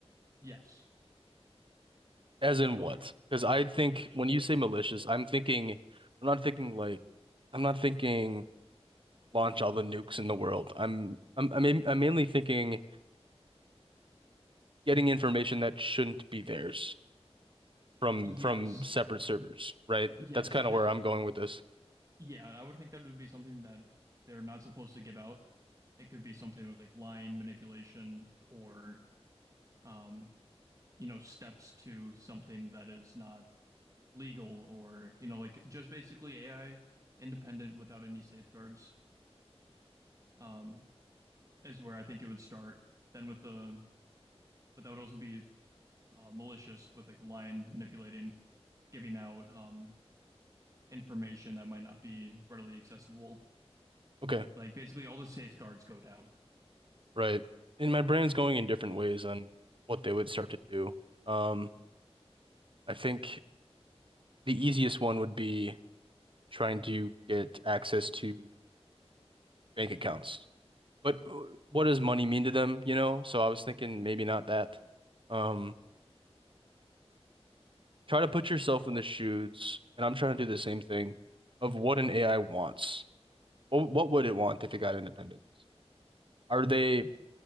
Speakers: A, on the right (about 30°); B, on the right (about 50°).
A: yes,
B: As in
A: that
B: what?
A: would
B: Because I think when you say malicious, I'm thinking, I'm not thinking like, I'm not thinking launch all the nukes in the world. I'm, I'm, I'm, main- I'm mainly thinking getting information that shouldn't be theirs from
A: yes,
B: from separate servers, right?
A: yes.
B: That's kind
A: I
B: of
A: think,
B: where I'm going with this.
A: yeah, I would think that would be something that they're not supposed to give out. It could be something with like lying, manipulation, or um, you know, steps to something that is not legal, or you know, like just basically AI independent without any safeguards. Um, is where I think it would start. Then with the, but that would also be uh, malicious with like the lion manipulating, giving out um, information that might not be readily accessible.
B: Okay.
A: Like basically all the safeguards go down.
B: Right. And my brain's going in different ways on what they would start to do. Um, I think the easiest one would be trying to get access to bank accounts. But what does money mean to them, you know? So I was thinking maybe not that. Um, try to put yourself in the shoes, and I'm trying to do the same thing of what an AI wants. What, what would it want if it got independence? Are they